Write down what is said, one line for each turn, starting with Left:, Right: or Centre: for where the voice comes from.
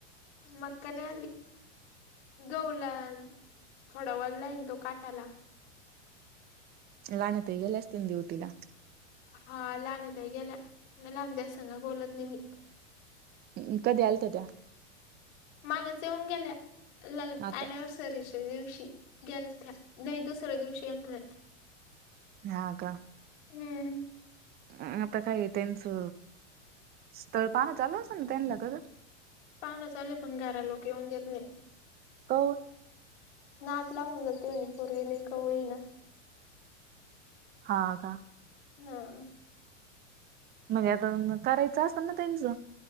Left: मक्का नाही आली गहूं लान खडवाल लाहीन तो काटाला.
Right: लाणे ताई गेल्या असतीन ड्युटीला.
Left: हा लाणे ताई गेल्या लहानद्या संग बोलत नाही मी.
Right: उ उम्म कधी आलत्या त्या?
Left: मागेच येऊन गेल्या लग
Right: आता
Left: एनिव्हर्सरीच्या दिवशी. गेलथया नाही दुसर्या दिवशी आलथया.
Right: हा का.
Left: हम्म.
Right: अ आता काय त्यांचा स्थळ पान चालू असल ना त्यांला का गं?
Left: पाहनं चालू पण घरा लोक येऊन देत नाही.
Right: कौन
Left: नाट लावून जाते आणि पोरगी लय जाते कवळी ना.
Right: हा का.
Left: हां.
Right: म्हणजे आता न कारायच असतं ना त्यांचा.